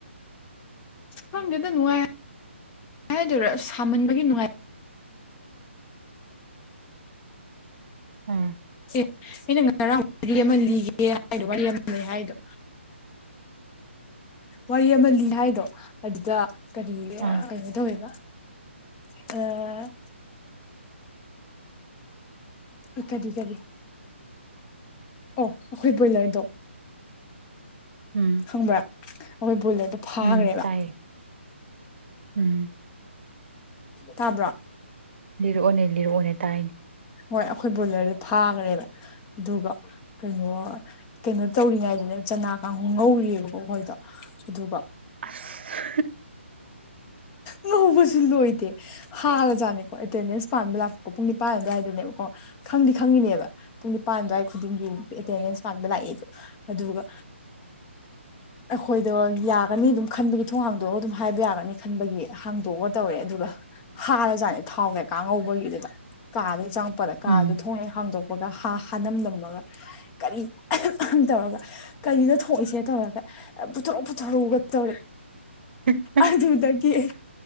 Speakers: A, on the left; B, on the right.
A: ꯍ ꯌꯦꯣ ꯅꯅꯨꯡꯉꯥꯏ ꯍꯥꯏꯗꯔꯣ ꯁꯥꯃꯟꯕꯒꯤ ꯅꯨꯡꯉꯥꯏ
B: ꯎꯝ
A: ꯑꯦ ꯑꯩꯅ ꯉ ꯉꯔꯥꯡ ꯑꯃ ꯂꯤꯒꯦ ꯍꯥꯏꯗꯣ ꯋꯥꯔꯤ ꯑꯃ ꯂꯩ ꯍꯥꯏꯗꯣ
B: ꯃꯈꯣꯜ ꯇ꯭ꯗꯤꯌꯦ
A: ꯋꯥꯔꯤ ꯑꯃ ꯂꯤꯟ ꯍꯥꯏꯗꯣ ꯑꯗꯨꯗ ꯀꯔꯤ
B: ꯑꯥ
A: ꯀꯩꯅꯣ ꯇꯧꯋꯦꯕ ꯑ ꯏꯀ ꯏ ꯀ ꯑꯣ ꯑꯈꯣꯏꯕꯣꯏ ꯂꯣꯏꯗꯣ
B: ꯎꯝ
A: ꯈꯪꯕ꯭ꯔꯥ ꯑꯩꯈꯣꯏ ꯕꯨꯂꯦꯠꯇꯣ ꯐꯥꯈ꯭ꯔꯦꯕ
B: ꯎꯝ ꯇꯥꯏꯌꯦ ꯎꯝ
A: ꯇꯥꯕ꯭ꯔꯣ
B: ꯂꯤꯔꯛꯑꯣꯅꯦ ꯂꯤꯔꯛꯑꯣꯅꯦ ꯇꯥꯏꯅꯦ
A: ꯍꯣꯏ ꯑꯩꯈꯣꯏ ꯕꯣꯂꯔꯗꯨ ꯐꯥꯈ꯭ꯔꯦꯕ ꯑꯗꯨꯒ ꯀꯩꯅꯣ ꯀꯩꯅꯣ ꯇꯧꯔꯤꯉꯩꯗꯨꯅꯦ ꯆꯅꯥ ꯀꯥꯡꯍ ꯉꯧꯔꯤꯑꯕꯀꯣ ꯑꯩꯈꯣꯏꯗꯣ ꯑꯗꯨꯒ
B: ꯑꯁ
A: ꯉꯧꯕꯁꯨ ꯂꯣꯏꯗꯦ ꯍꯔ ꯖꯥꯠꯅꯤꯀꯣ ꯑꯦꯇꯦꯟꯗꯦꯟꯁ ꯄꯥꯟꯕ ꯂꯥꯛꯄꯦꯀꯣ ꯄꯨꯡ ꯅꯤꯄꯥꯟ ꯑꯗꯨ ꯑꯗꯨꯋꯥꯏꯗꯅꯦꯕꯀꯣ ꯈꯪꯗꯤ ꯈꯪꯉꯤꯅꯦꯕ ꯄꯨꯡ ꯅꯤꯄꯥꯟ ꯑꯗꯨꯋꯥꯏ ꯈꯨꯗꯤꯡꯒꯤ ꯑꯦꯇꯦꯟꯗꯦꯟꯁ ꯃꯥꯟꯕ ꯂꯥꯛꯏꯗꯣ ꯑꯗꯨꯒ ꯑꯩꯈꯣꯏꯗꯣ ꯌꯥꯒꯅꯤ ꯑꯗꯨꯝ ꯈꯟꯕꯒꯤ ꯊꯣꯡꯒꯥꯡꯗꯣ ꯑꯗꯨꯝ ꯍꯥꯏꯕ ꯌꯥꯒꯅꯤ ꯈꯟꯕꯒꯤ ꯍꯥꯡꯗꯣꯛꯑꯒ ꯇꯧꯔꯦ ꯑꯗꯨꯒ ꯍꯥꯔꯖꯥꯠꯅꯦ ꯊꯥꯎ ꯀꯩꯀꯥ ꯉꯧꯕꯒꯤꯗꯨꯗ ꯀꯥꯗꯨꯗ ꯆꯪꯉꯛꯄꯗ ꯀꯥꯗꯨ
B: ꯎꯝ
A: ꯊꯣꯡ ꯍꯥꯡꯗꯣꯛ ꯄꯒꯥ ꯍꯥ ꯍꯥꯅꯝꯗꯝꯃꯒ ꯀꯔꯤ ꯑꯍꯥꯝ ꯑꯍꯥꯝ ꯇꯧꯔꯒ ꯀꯔꯤꯅꫭ ꯊꯣꯛꯏꯁꯦ ꯇꯧꯔꯒ ꯄꯨꯊꫭꯔꯛꯎ ꯄꯨꯊꯣꯔꯛꯎꯒ ꯇꯧꯔꯦ
B: <unintelligible>
A: ꯑꯗꯨꯗꯒꯤ ꯑꯩ